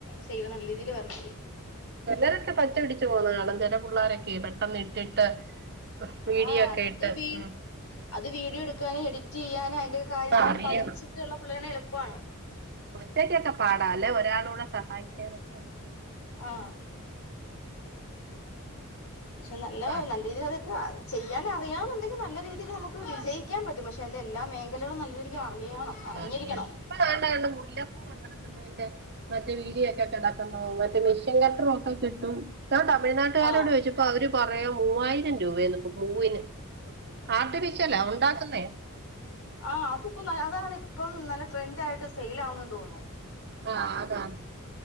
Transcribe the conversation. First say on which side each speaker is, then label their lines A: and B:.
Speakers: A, on the left (about 75°); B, on the right (about 50°).
A: സെയില് നല്ല രീതിൽ വരണെങ്കില്
B: ചെലരൊക്കെ പച്ച പിടിച്ചു പോന്നത് കാണാം ചെല പുള്ളാരൊക്കെ പെട്ടെന്ന് ഇട്ടിട്ട് വീഡിയോ
A: ആ
B: ഒക്കെ
A: അത്
B: ഇട്ട്
A: വീ
B: ഉം
A: അത് വീഡിയോ എടുക്കാനും എഡിറ്റീയ്യാനും അതിന്റെ കാര്യങ്ങളെല്ലാം
B: അറിയണം
A: പഠിച്ചിട്ടുള്ള പുള്ളേരാണെങ്കി എളുപ്പാണ്
B: ഒറ്റക്കൊക്കെ പാടാ അല്ലേ ഒരാളൂടെ സഹായിക്കാനൊക്കെ
A: ആ പക്ഷെ നല്ല
B: ആ അറിയാം
A: നല്ല രീതില് അതൊന്ന ചെയ്യാൻ അറിയന്നുണ്ടെങ്കി നല്ല രീതിയില് നമുക്ക് വിജയിക്കാൻ പറ്റും പക്ഷെ എൻ്റെ എല്ലാ മേഖലകളും നല്ല രീതില് അറിയണം അറിഞ്ഞിരിക്കണം
B: അറിയണം ഇപ്പൊ കണ്ട മുല്ലപ്പൂ ഒണ്ടാക്കുന്നതിന്റെ മറ്റ് വീഡിയൊക്കെ കട ട്ടമോ മറ്റ് മിഷ്യൻ കട്ടറും ഒക്കെ കിട്ടും താൻ തമി്നാട്ടുകാരോട്
A: ആ
B: ചോയിച്ച പ്പൊ അവര് പറയാ മൂവായിരം രൂപേന്ന് പൂവിന് ആർട്ടിഫിഷ്യലാ ഒണ്ടാക്കുന്നേ
A: ആ അതുപ്പം ന അതാണിപ്പം നല്ല ട്രെൻഡായിട്ട് സെയിലാവുന്നെന്ന് തോന്നുന്നു
B: ആ അതാണ്